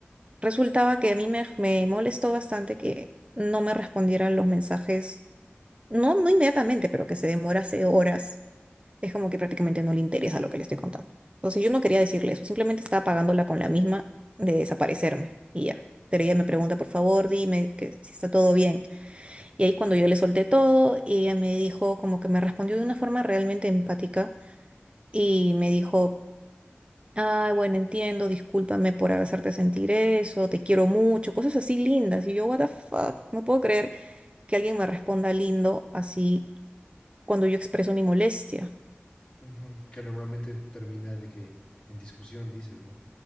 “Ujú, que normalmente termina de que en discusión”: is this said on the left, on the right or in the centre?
Left